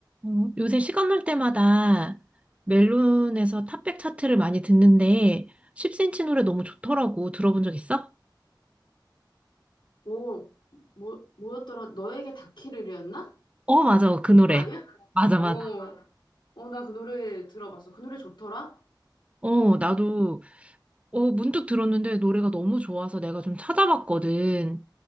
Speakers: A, on the right; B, on the left.
A: 음, 요새 시간 날 때마다 멜론에서 탑백 차트를 많이 듣는데 10cm 노래 너무 좋더라고. 들어본 적 있어?
B: 오, 뭐, 뭐였더라? 너에게 닿기를이었나?
A: 어, 맞아. 그 노래.
B: 그거 아니야?
A: 맞아, 맞아.
B: 어, 어, 나 그 노래 들어봤어. 그 노래 좋더라?
A: 어, 나도 어, 문득 들었는데 노래가 너무 좋아서 내가 좀 찾아봤거든.